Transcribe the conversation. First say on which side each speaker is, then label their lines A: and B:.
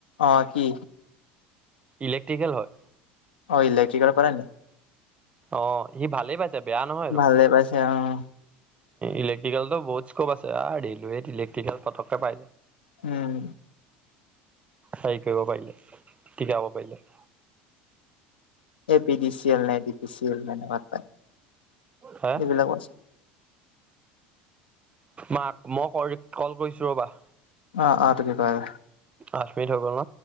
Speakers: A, on the left; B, on the right.
A: অ কি।
B: ইলেক্ট্ৰিকেল হয়।
A: অ ইলেকট্ৰিকেল কৰে নি?
B: অ সি ভালেই পাইছে বেয়া নহয় সেইটো।
A: ভালে পাইছে অ'
B: ইলেক্ট্ৰিকেলতো বহুত স্কপ আছে আ ৰেলৱেত ইলেক্ট্ৰিকেল পতকে পাই।
A: উম
B: হেৰি কৰিব পাৰিলে টিকাব পাৰিলে
A: A P D C L নে A D P C L সেনেকাত পায়
B: হে,
A: এইবিলাকো আছে
B: মাক মই কৰি কল কৰিছো ৰ'বা
A: আ আ তুমি কৰাগে
B: আঠ মিনিট হৈ গ'ল ন।